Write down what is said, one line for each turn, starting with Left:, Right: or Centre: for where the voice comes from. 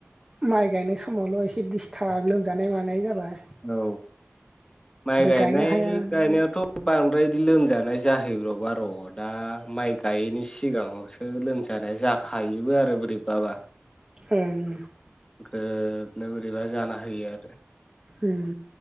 Right: माइ गायनाय समावल' एसे दिडिस्थाब लोमजानाय मानाय जाबाय।
Left: औ माइ गायनाय
Right: गायनो हाया माया।
Left: गायनायावथ' बांद्राय बिदि लोमजानाय जाहैब्र'बा रद दा माइ गायैनिसि सिगाङावसो लोमजानाय जाखायोबो आरो बोरैबाबा
Right: उम।
Left: ग्रोबनो बोरैबा जाना होयो आरो।
Right: उम